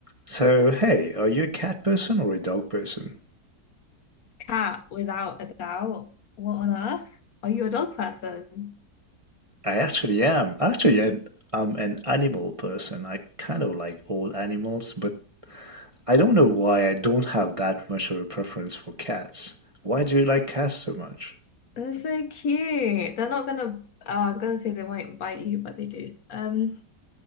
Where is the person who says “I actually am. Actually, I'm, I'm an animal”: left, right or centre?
Right